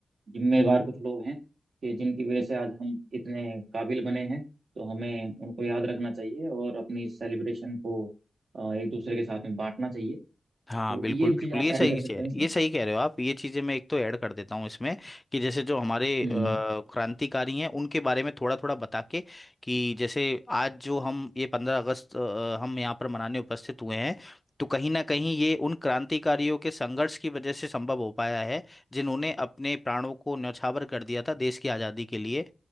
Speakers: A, on the right; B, on the left.
A: जिम्मेवार कुछ लोग हैं कि जिनकी वजह से आज हम इतने काबिल बने हैं तो हमें उनको याद रखना चाहिए और अपनी सेलिब्रेशन को अ, एक दूसरे के साथ में बांटना चाहिए
B: हाँ
A: तो
B: बिल्कुल
A: ये भी चीज़
B: बिल्कुल
A: आप
B: ये
A: ऐड
B: सही
A: कर सकते
B: से है
A: हैं उसमें
B: ये सही कह रहे हो आप ये चीजें मैं एक तो ऐड कर देता हूँ इसमें कि जैसे जो हमारे
A: हम्म
B: अ, क्रांतिकारी हैं उनके बारे में थोड़ा थोड़ा बता के कि जैसे आज जो हम ये पंद्रह अगस्त अ, हम यहाँ पर मनाने उपस्थित हुए हैं तो कहीं ना कहीं ये उन क्रांतिकारियों के संघर्ष की वजह से संभव हो पाया है जिन्होंने अपने प्राणों को न्यौछावर कर दिया था देश की आज़ादी के लिए